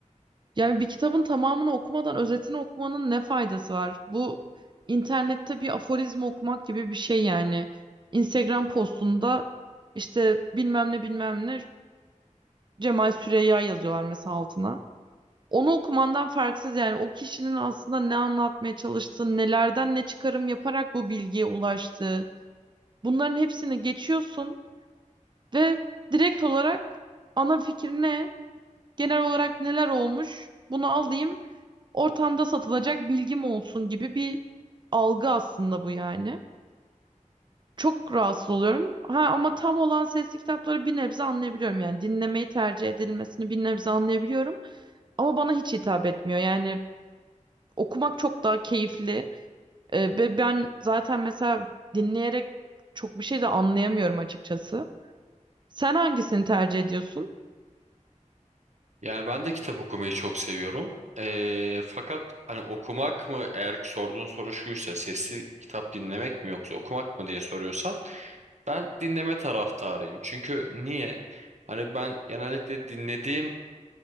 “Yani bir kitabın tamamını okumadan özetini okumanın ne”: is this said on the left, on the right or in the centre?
Right